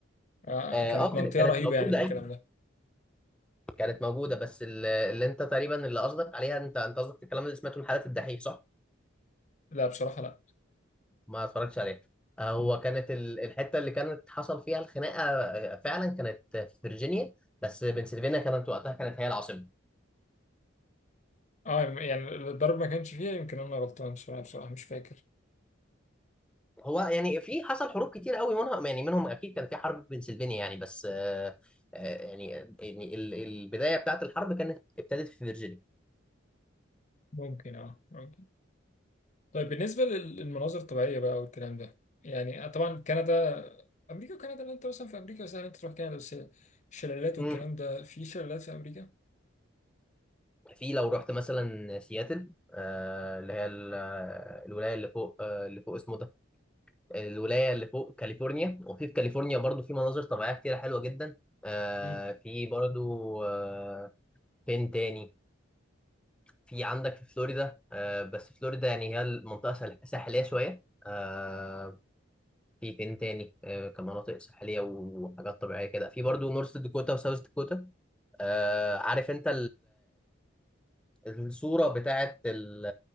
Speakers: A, on the left (about 35°); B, in the centre.
A: آه
B: اه
A: كانت
B: آه،
A: منطقه
B: كانت كانت
A: رهيبه
B: موجوده
A: يعني في الكلام
B: ايوه
A: ده
B: كانت موجوده بس ال- اللي انت تقريبا اللي قصدك عليها انت انت قصدك الكلام اللي سمعته من حلقه الدحيح صح؟
A: لا بصراحه
B: ما اتفرجتش عليها آه، هو
A: لا
B: كانت ال- الحته اللي كانت حصل فيها الخناقه آه، فعلا كانت في فيرجينيا بس بنسلفانيا كانت وقتها كانت هي العاصمه
A: اه يعني الضرب ما كانش فيها يمكن انا غلطان شويه بصراحه مش فاكر
B: هو يعني في حصل حروب كتير قوي منهم يعني منهم اكيد كان في حرب في بنسلفانيا يعني بس آه، آه، يعني يعني ال- البدايه بتاعت الحرب كانت ابتدت في فيرجينيا
A: ممكن اه ممكن طيب بالنسبه لل- للمناظر الطبيعيه بقى والكلام ده يعني طبعا كندا امريكا وكندا لو انت مثلا في امريكا سهل انت تروح كندا بس الشلالات
B: مم.
A: والكلام ده في شلالات في امريكا
B: في لو رحت مثلا سياتل آه اللي هي ال- آه، الولايه اللي فوق آه اللي فوق اسمه ده الولايه اللي فوق كاليفورنيا وفي في كاليفورنيا برضو في مناظر طبيعيه كتيره حلوه جدا آه
A: امم
B: في برضو آه فين تاني في عندك في فلوريدا آه بس فلوريدا يعني هي المنطقه ساح- ساحليه شويه آه في فين تاني آه كمناطق ساحليه وحاجات طبيعيه كده في برضو نورث داكوتا وساوث داكوتا آه عارف انت الصورة بتاعت ال-